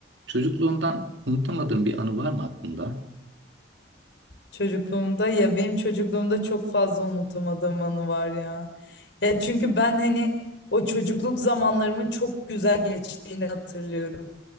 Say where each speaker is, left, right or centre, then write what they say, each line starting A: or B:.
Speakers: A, on the right; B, on the left.
A: Çocukluğundan unutamadığın bir anı var mı aklında?
B: Çocukluğumda ya benim çocukluğumda çok fazla unutamadığım anı var ya. Ya çünkü ben hani o çocukluk zamanlarımın çok güzel geçtiğini hatırlıyorum.